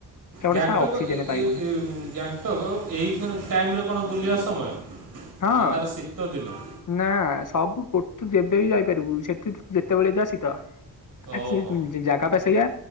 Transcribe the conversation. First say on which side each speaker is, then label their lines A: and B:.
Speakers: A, on the left; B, on the right.
A: ସେ ଗୋଟେ
B: ଗ୍ୟାଙ୍ଗଟକ
A: ଶଳା ଅକ୍ସିଜେନ
B: ଏ
A: ପାଇବୁନୁ
B: ଏ ଏ ଉଁ ଗ୍ୟାଙ୍ଗଟକ ଏଇ ଟାଇମରେ କଣ ବୁଲିବା ସମୟ
A: ହଁ
B: ନା ତାର ଶୀତ ଦିନ?
A: ନା ସବୁ ଗୋ ତୁ ଯେବେ ବି ଯାଇପାରିବୁ ସେଠି ଯେତେବେଳେ ଯା ଶୀତ। <unintelligible>
B: ଓହୋ
A: ଜାଗା ପା ସେଆ